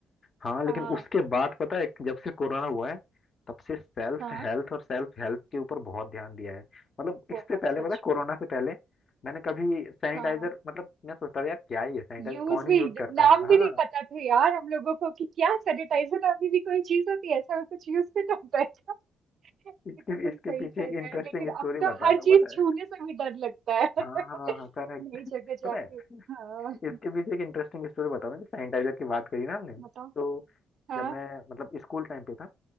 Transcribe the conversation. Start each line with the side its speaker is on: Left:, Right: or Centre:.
Left: हाँ लेकिन
Right: हाँ
Left: उसके बाद पता है जब से कोरोना हुआ है तब से सेल्फ
Right: हाँ
Left: हेल्थ और सेल्फ हेल्प के ऊपर बहुत ध्यान दिया है मतलब इससे
Right: बहुत
Left: पहले
Right: सच
Left: पता है कोरोना
Right: में
Left: से पहले मैंने कभी सैनिटाइजर
Right: हाँ
Left: मतलब मैं सोचता था यार क्या ही है सैनिटाइजर
Right: यूज
Left: कौन
Right: भी
Left: ही यूज करता
Right: नाम
Left: है हाँ
Right: भी नहीं पता था यार हम लोगों को कि क्या सैनिटाइजर अभी भी कोई चीज होती है ऐसा कुछ यूज भी तो होता है ये
Left: इसके
Right: तो तुम
Left: इसके
Right: सही
Left: पीछे
Right: कह
Left: एक
Right: रहे
Left: इंटरेस्टिंग
Right: हो लेकिन अब
Left: स्टोरी
Right: तो
Left: बताता
Right: हर
Left: हूँ
Right: चीज
Left: पता
Right: छूने
Left: है
Right: से भी डर लगता है
Left: हाँ
Right: <laughs>
Left: हाँ हाँ करेक्ट
Right: नई
Left: <laughs>
Right: जगह जाके
Left: पता है
Right: हाँ
Left: इसके पीछे एक इंटरेस्टिंग स्टोरी बता मुझे सैनिटाइजर की बात करी ना हमने
Right: बताओ
Left: तो
Right: हाँ
Left: जब मैं मतलब स्कूल टाइम पे था